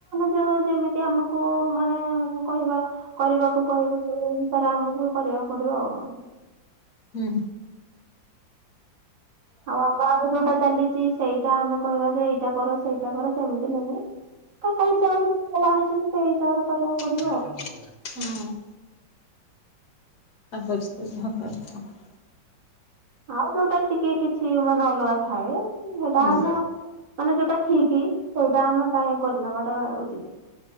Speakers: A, on the right; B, on the left.
A: ଯୋଉ ଯେମିତି ଆମକୁ ମାନେ କହିବା କରିବାକୁ କହିବ ତରେ ଆମକୁ ବି କରିବାକୁ ପଡିବ ଆଉ।
B: ହୁଁ
A: ଆଉ ଆମ ଆଡେ ଯୋଉଟା ଚାଲିଛି ସେଇଟା ଆମେ କହିବା ଯେ ଏଇଟା କର ସେଇଟା କର ସେମିତି ନାହିଁ। ତ କୋଉ ହିସାବରେ <unintelligible> ଜାଣିଛି ମୁଁ ସେଇ ହିସାବରେ କରିବାକୁ ପଡି
B: <unintelligible> ହଁ। <unintelligible>
A: ଆଉ ଯୋଉଟା ଟିକେ କିଛି ମାନେ ଅଲଗା ଥାଏ ଉଁ ସେଇଟା
B: ହୁଁ ହୁଁ
A: ଆମ ମାନେ ଯୋଉଟା ଠିକି ସେଇଟା ଆମେ କାହିଁ କରି ନବାଟା ଉଚିତି।